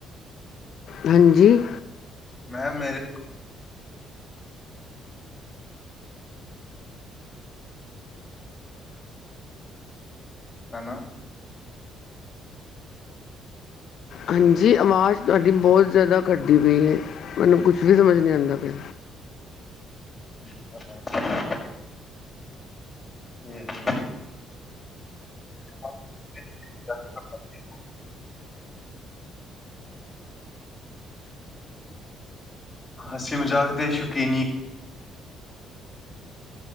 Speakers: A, on the left; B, on the left.
A: ਹਾਂਜੀ।
B: ਮੈਂ ਮੇਰੇ ਹਨਾ।
A: ਹਾਂਜੀ ਆਵਾਜ਼ ਤੁਹਾਡੀ ਬੋ ਜਿਆਦਾ ਕੱਟਦੀ ਪੀ ਏ ਮੈਨੂੰ ਕੁਛ ਵੀ ਸਮਝ ਨੀ ਆਂਦਾ ਪਿਆ।
B: <inaudible> ਫੇਰ ਮੈਂ <inaudible> ਹਾਸੀ, ਮਜ਼ਾਕ ਦੇ ਸ਼ੌਕੀਨੀ